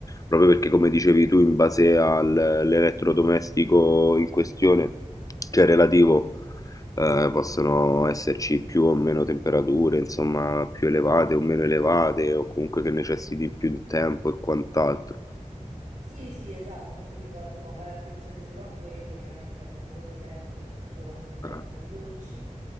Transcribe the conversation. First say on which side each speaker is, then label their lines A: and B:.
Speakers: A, on the left; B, on the right.
A: proprio perché come dicevi tu, in base all'elettrodomestico in questione, cioè relativo, eh, possono esserci più o meno temperature, insomma, più elevate o meno elevate, o comunque che necessiti più di tempo e quant'altro.
B: Sì, sì, esatto, quindi va- insomma fare attenzione solo a quello, chiaramente abbiamo quello sempre, soprattutto quando si tratta
A: Ah,
B: di dolci.